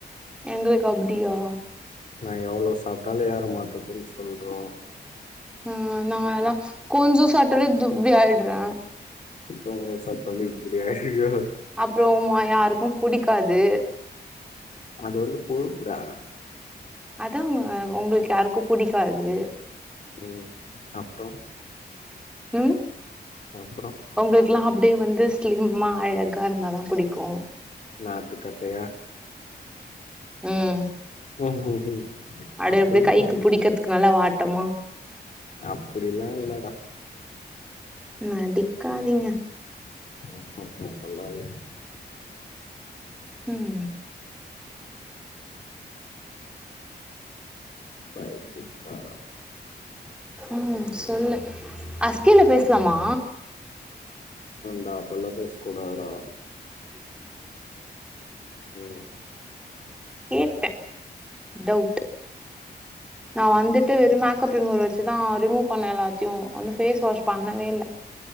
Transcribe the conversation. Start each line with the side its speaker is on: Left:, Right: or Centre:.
Centre: எங்களுக்கு அப்டியா
Left: நான் எவ்ளோ சாப்டாலு எற மாட்டேன்னு ஃபிரெண்ட் சொல்றா
Centre: ஆ நா எல்லா கொஞ்சோ சாப்ட்டாலே <unintelligible> இப்டி ஆய்டுறா
Left: கொஞ்சோ சாப்ட்டாலே இப்டி ஆய்டு ப்ரோ
Centre: அப்றோ உ மா யாருக்கு புடிக்காது
Left: ரொம்ப கொழுப்புடா
Centre: அதா உங்க உங்களுக் யாருக்கு புடிக்காது
Left: ம் அப்றோ
Centre: ம்
Left: அப்றோ
Centre: உங்களுகெல்லா அப்டியே வந்து ஸ்லிம்மா அழா க்கா இருந்தாத புடிக்கோ
Left: நாட்டுக்கட்டையா
Centre: ம்
Left: ம்ஹூம்
Centre: அத
Left: அப்பல்லா
Centre: அப்டியே கைக்கு
Left: இல்ல
Centre: புடிக்கறதுக்கு நல்லா வாட் ட்டமா
Left: அப்டிலா இல்லடா
Centre: நடிக்காதீங்க
Left: <unintelligible> அப்டில்லா இல்ல
Centre: ம்
Left: பைத்தியக்காரா
Centre: ம் சொல்லு அஸ்கின்னு பேசலாமா
Left: நா அப்டில்லா பேச கூடாதுதா ம்
Centre: கேட் டவுட் நா வந்துட்டு வெறும் மேக்கப் ரிமூவர் வச்சுதா ரிமூவ் பண்ண எல்லாத்தையும் இன்னும் ஃபேஸ் வாஷ் பண்ணவே இல்ல